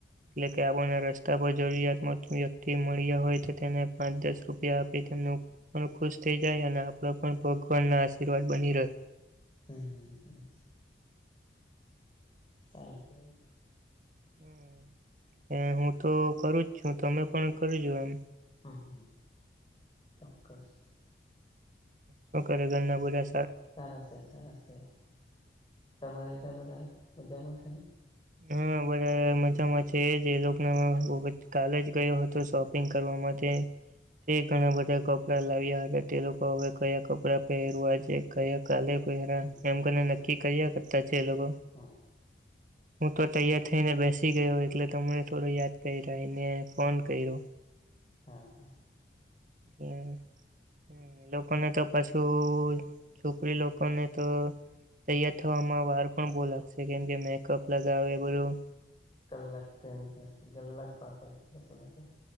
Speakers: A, on the right; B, on the left.
A: એટલે કે, આપણને રસ્તા પર જરૂરિયાતમંદ વ્યક્તિ મળ્યા હોય તો, તેને પાંચ દસ રૂપિયા આપી તેમનું. પણ ખુશ થઇ જાય, અને આપડે પણ ભગવાન ના આશીર્વાદ બની રહે.
B: હમ, હમ, હમ. સારું કેવાઈ.
A: હમ. એ, હું તો કરું જ છું. તમે પણ કરજો એમ.
B: હમ, ચોક્કસ.
A: શું કરે ઘરના બધા?
B: સારા છે, સારા છે. તમારા ઘરે બધા કેવા છે?
A: હા બો મજામાં છે જે લોકો કલે જ ગયો હતો શોપિંગ કરવા માટે તે ઘણા બધા કપડા લાવ્યા હતા તે લોકો હવે કયા કપડાં પહેરવા છે ક કાલે
B: હમ
A: એમ કને નક્કી કર્યા કરતા છે એ લોકો
B: હા.
A: હું તો તૈયાર થઈને બેસી ગયો, એટલે તમને થોડો યાદ કરી ને ફોન કર્યો.
B: હા.
A: એ. હમ, એ લોકોને તો પાછું છોકરી લોકોને તો તૈયાર થવામાં વાર પણ બહુ લાગશે, કેમ કે મેકઅપ લગાવે બધું
B: કલાકણી ગલાક પા લોકોને તો <unintelligible>